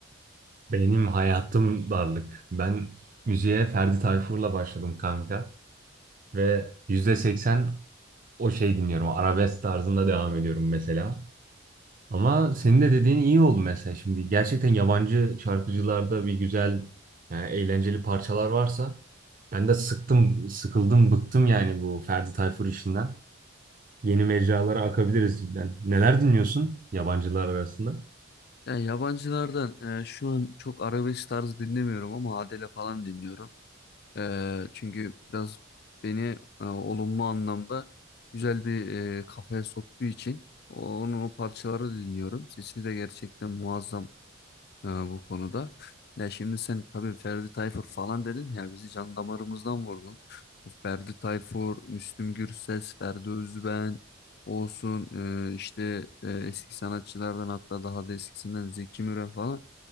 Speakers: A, on the right; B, on the left.
A: Benim hayatım darlık. Ben müziğe Ferdi Tayfur'la başladım kanka. Ve %80 o şey dinliyorum. Arabesk tarzında devam ediyorum mesela. Ama senin de dediğin iyi oldu mesela. Şimdi gerçekten yabancı şarkıcılarda bir güzel, yani eğlenceli parçalar varsa ben de sıktım, sıkıldım, bıktım yani bu Ferdi Tayfur işinden. Yeni mecralara akabiliriz cidden. Neler dinliyorsun yabancılar arasında?
B: Ya yabancılardan e, şu an çok arabesk tarzı dinlemiyorum ama Adele falan dinliyorum. E, çünkü biraz beni e, olumlu anlamda güzel bir e, kafaya soktuğu için onun o parçaları dinliyorum. Sesi de gerçekten muazzam e, bu konuda. Ya şimdi sen tabii Ferdi Tayfur falan dedin ya bizi can damarımızdan vurdun. Bu Ferdi Tayfur, Müslüm Gürses, Ferdi Özben olsun e, işte e, eski sanatçılardan hatta daha da eskisinden Zeki Müren falan.